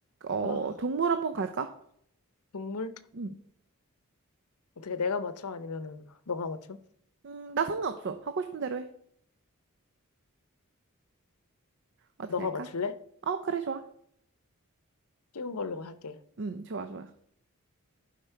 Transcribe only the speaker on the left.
아,
국물?
어떻게 내가 맞춰? 아니면은 너가 맞춰?
너가
맞출래?
쉬운 걸로 할게.